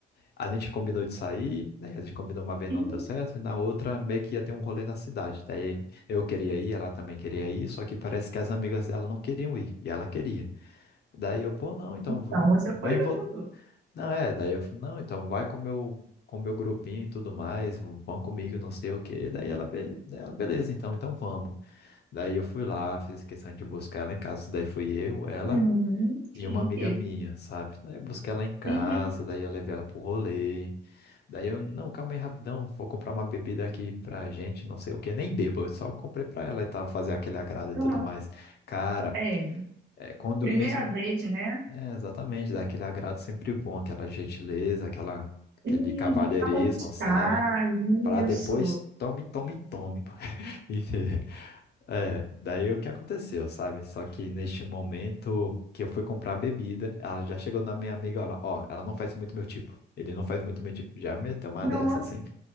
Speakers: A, on the left; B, on the right.
A: A gente combinou de sair, né? A gente combinou uma vez
B: Uhum.
A: não deu certo, e na outra meio que ia ter um rolê na cidade. Daí eu queria ir, ela também queria ir, só que parece que as amigas dela não queriam ir, e ela queria. Daí eu, pô, não, então
B: Então,
A: v-
B: você
A: vem
B: foi
A: vo...
B: junto.
A: Não, é, daí eu, falei, não, então vai com meu com meu grupinho e tudo mais, vão comigo, não sei o quê. Daí ela, be... daí ela, beleza, então, então vamos. Daí eu fui lá, fiz questão de buscar ela em casa, daí fui eu, ela
B: Uhum,
A: e
B: chique.
A: uma amiga minha, sabe? Daí eu busquei ela em casa,
B: Uhum,
A: daí eu levei ela pro rolê. Daí eu, não, calma aí rapidão, vou comprar uma bebida aqui pra gente, não sei o que, nem bebo, eu só comprei pra ela e tal, fazer aquele agrado e
B: aham.
A: tudo mais. Cara,
B: É,
A: é quando
B: primeira
A: nesse. mo-
B: vez, né?
A: É, exatamente, dá aquele agrado sempre bom, aquela gentileza, aquela, aquele
B: Uhum,
A: cavalheirismo,
B: pra conquistar,
A: sabe? Pra
B: isso.
A: depois tome, tome, tome. pô. <laughs> Enfim, é, daí o que aconteceu, sabe? Só que neste momento que eu fui comprar a bebida, ela já chegou na minha amiga, ela, ó, ela não faz muito meu tipo. Ele não faz muito meu tipo. Já meteu uma
B: Nossa,
A: dessa, assim.